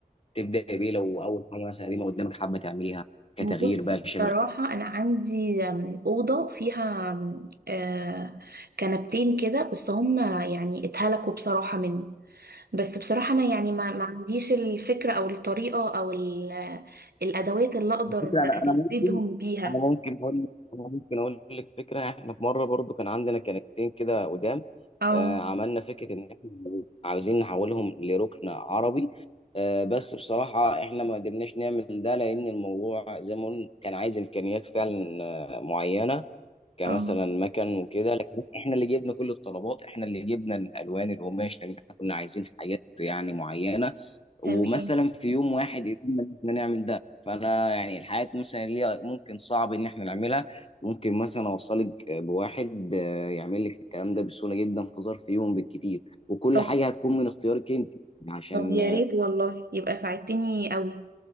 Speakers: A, on the left; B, on the right.
A: تبدا بايه لو اول حاجه مثلا قديمه قدامك حابه تعمليها كتغيير
B: بص
A: بقى
B: بصراحة
A: شامل
B: انا عندي آم، أوضة فيها آم، آه، كنبتين كده بس هم يعني اتهلكوا بصراحة مني بس بصراحة انا يعني ما ما عنديش الفكرة او الطريقة او ال- الادوات اللي اقدر
A: الفكره انا
B: اجددهم
A: انا ممكن
B: بيها
A: انا ممكن اقول لك انا ممكن اقول لك فكره احنا في مره برضو كان عندنا كنكتين كده قدام
B: اه
A: آه عملنا فكره ان احنا عاوزين نحولهم لركن عربي آه بس بصراحه احنا ما قدرناش نعمل ده لان الموضوع زي ما قلنا كان عايز امكانيات فعلا آه معينه كمثلا
B: اه
A: مكن وكده لكن احنا اللي جبنا كل الطلبات احنا اللي جبنا الالوان القماش لان احنا كنا عايزين حاجات يعني معينه
B: تمام
A: ومثلا في يوم واحد قدرنا ان احنا نعمل ده فانا يعني الحاجات مثلا اللي هي ممكن صعب ان احنا نعملها ممكن مثلا اوصلك بواحد آه، يعمل لك الكلام ده بسهوله جدا في ظرف يوم بالكتير وكل
B: طب
A: حاجه هتكون من اختيارك انت عشان
B: طب يا ريت والله يبقى ساعدتني قوي